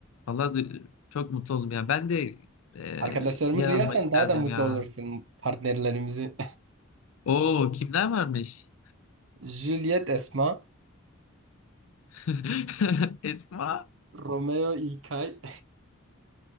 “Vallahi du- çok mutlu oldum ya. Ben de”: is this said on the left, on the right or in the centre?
Left